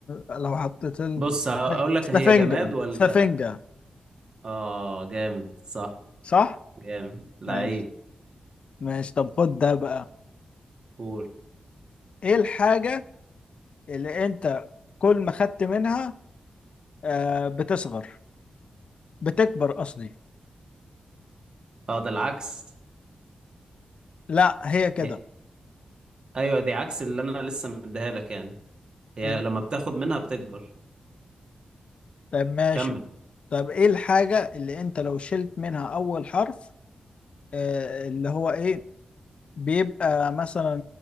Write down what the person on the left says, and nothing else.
لو حطيت ال...
سفنجه
سفنجه
صح
ماشي ماشي طب خد ده بقى
ايه الحاجه اللي انت كل ما خدت منها آه بتصغر بتكبر قصدي
لا هي كده
مم.
طب ماشي
طب ايه الحاجه اللي انت لو شلت منها اول حرف آه اللي هو ايه بيبقى مثلا